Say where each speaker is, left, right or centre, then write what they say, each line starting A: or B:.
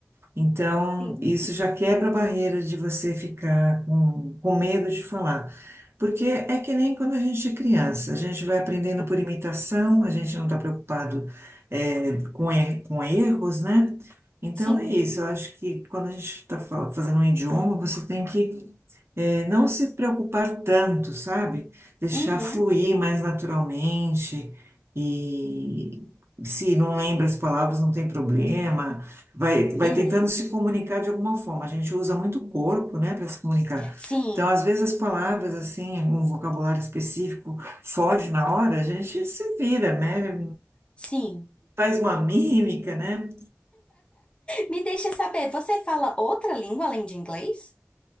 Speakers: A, on the right; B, on the left.
A: Então,
B: Sim.
A: isso já quebra a barreira de você ficar com, com medo de falar. Porque é que nem quando a gente é criança, a gente vai aprendendo
B: Sim.
A: por imitação, a gente não está preocupado, eh, com, er- com erros, né? Então,
B: Sim.
A: é isso. Eu acho que quando a gente está fazendo um idioma, você tem que, eh, não se preocupar tanto, sabe? Deixar
B: Uhum.
A: fluir mais naturalmente e. Se não lembra as palavras, não tem problema vai, vai
B: Uhum.
A: tentando se comunicar de alguma forma. A gente usa muito o corpo, né, para se comunicar.
B: Sim.
A: Então, às vezes, as palavras, assim, algum vocabulário específico foge na hora, a gente se vira, né?
B: Sim.
A: Faz uma mímica, né?
B: Me deixa saber, você fala outra língua além de inglês?